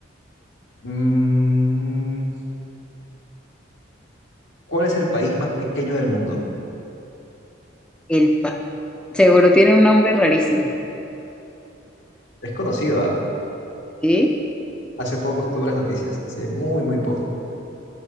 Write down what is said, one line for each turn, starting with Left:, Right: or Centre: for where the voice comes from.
Left: mm, ¿cuál es el país más pequeño del mundo?
Centre: El pa. Seguro tiene un nombre rarísimo,
Left: Es conocido, ¿ah?
Centre: ¿sí?
Left: Hace poco estuvo en las noticias. Hace muy, muy poco.